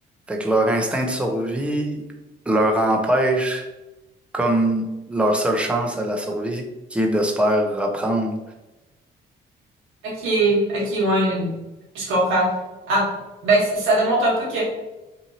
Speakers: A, in the centre; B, on the right.
A: Fait que leur instinct de survie leur empêche comme leur seule chance à la survie qui est de se faire reprendre.
B: Ok, ok, ouais, je comprends. Ah, ben, c- ça démontre un peu que